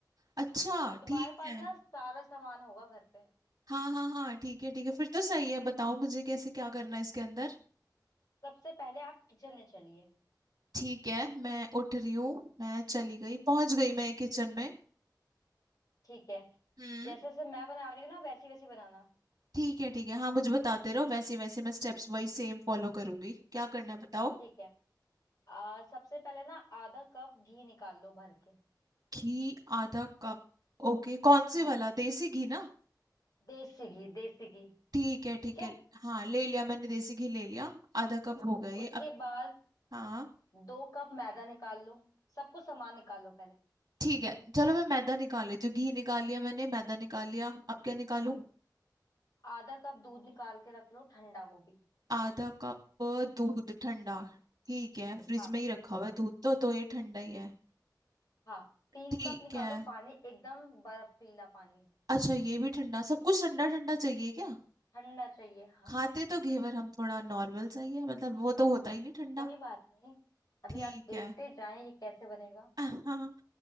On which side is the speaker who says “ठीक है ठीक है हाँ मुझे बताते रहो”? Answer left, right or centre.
Right